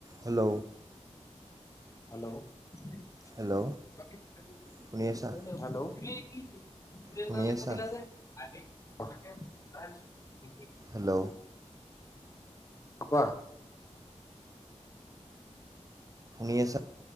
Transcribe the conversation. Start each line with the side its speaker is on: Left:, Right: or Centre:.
Right: হেল্ল'।
Left: হেল্ল'
Right: হেল্ল' শুনি আছা
Left: <unintelligible>
Right: শুনি আছা হেল্ল'।
Left: কোৱা?
Right: শুনি আছা?